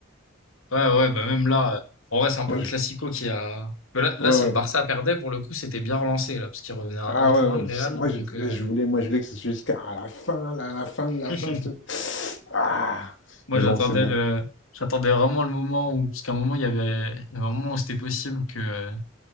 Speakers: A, on the left (about 80°); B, on the left (about 60°).
A: Ouais, ouais, bah même là, euh, en vrai, c'est un
B: Moi,
A: peu
B: je-
A: Classico qui a. que Là, là,
B: Ouais,
A: si
B: ouais.
A: le Barça perdait, pour le coup, c'était bien relancé, là, parce qu'il revenait à
B: Ah
A: un point,
B: ouais,
A: le
B: ouais,
A: Real.
B: ça- moi
A: Donc,
B: je, là,
A: euh,
B: je voulais, moi je voulais que ce soit jusqu'à la fin, là, la fin de la
A: <laughs>
B: fin. tu sais. Ah
A: moi,
B: Mais
A: j'attendais
B: bon, c'est Ouais. bon.
A: le, j'attendais vraiment le moment où, parce qu'à un moment, il y avait, il y avait un moment où c'était possible que euh,